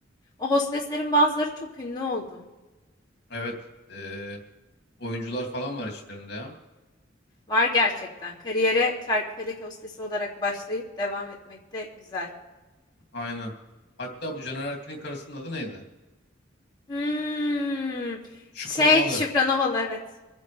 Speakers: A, on the left (about 20°); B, on the left (about 60°).
A: O hosteslerin bazıları çok ünlü oldu.
B: Evet. e, oyuncular falan var içlerinde ya.
A: Var gerçekten. Kariyere çarkıfelek hostesi olarak başlayıp devam etmek de güzel.
B: Aynen. Hatta bu Caner Erkin'in karısının adı neydi?
A: Hmm.
B: Şükran
A: Şey,
B: Ovalı.
A: Şükran Ovalı evet.